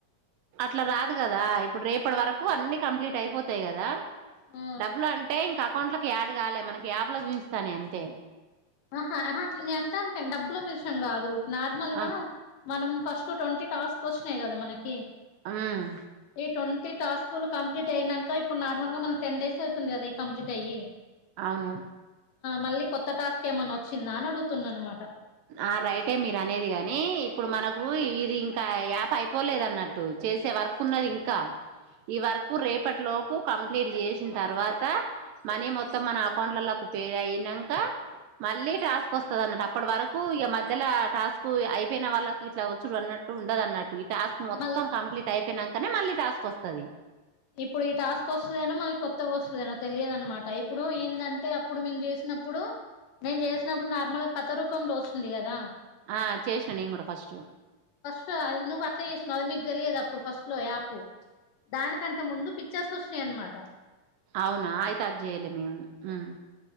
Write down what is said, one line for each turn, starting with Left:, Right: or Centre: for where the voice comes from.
Right: అట్లా రాదు కదా ఇప్పుడు రేపటి వరకు అన్నిీ కంప్లీట్ అయిపోతాయి కదా
Left: ఆ
Right: డబ్బులు అంటే ఇంకా అకౌంట్లకి యాడ్ కాలే మనకి యాప్ లో చూపిస్తాను అంతే
Left: ఆహా అట్ నేను అర్థా అంటండి డబ్బుల విషయం కాదు ఇ నార్మల్ గా
Right: ఆ
Left: మనం ఫస్ట్ ట్వంటీ టాస్క్ వచ్చినాయి కదా మనకి
Right: ఉమ్
Left: ఈ ట్వంటీ టాస్కులు కంప్లీట్ అయినాక ఇప్పుడు నార్మల్ గా మనం టెన్ డేస్ కంప్ట్ అయ
Right: అవును
Left: మళ్ళ కొ టాస్ ఏమన్నా వచ్చిందా అని అడుగుతున్నా అనమాట
Right: ఆ రైటే మీరు అనేది కాగాని ఇప్పుడు మనకు ఇది ఇంకా యాప్ అయిపోలేదు అన్నట్టు చేసే వర్క్ ఉన్నది ఇంకా ఈ వర్కు రేపటిలో కంప్లీట్ చేసిన తర్వాత మనీ మొత్తం మన అకౌంట్లకు పేరు అయినాక మళ్ళీ టాస్క్ వసది అన్నట్టు అప్పటి వరక్ కు ఇగా మధ్యల టాస్క్ అయిపోయిన వాళ్ళకు ఇట్లా వచ్చుడు అన్నట్టు ఉండదు. అన్నట్టు ఇప్ టాస్క్ మొత్తం
Left: మళ్ళీ
Right: కంప్లీట్ అయిపోయినాకనే మళ్ళీ టాస్క్ వసది.
Left: ఇప్పుడు ఈ టాస్క్ వసదనో మళ్ళీ కొత్తగ్ వసదనో తెలియద్ అనమాట ఇప్పుడు ఏందంటే అప్పుడు మేము జేసినప్ ప్పుడు నేన్ జేచినప్పుడు నార్మల్గా కథ రూపంలో వసుంది గదా.
Right: ఆ చేశనా నేన్ గూడా ఫస్టు.
Left: సో అద్ నువ్వు అట్లా చేశనవ్ అద్ మీగ్ దేలియదు అప్పుడు ఫస్ట్ లో యాపు దానిక్ సంటే ముందు పిచ్చర్స్ వచ్చినాయ్ అన్ మాటా.
Right: అవునా అయితే అద్ జేయలే మేము ఉహ్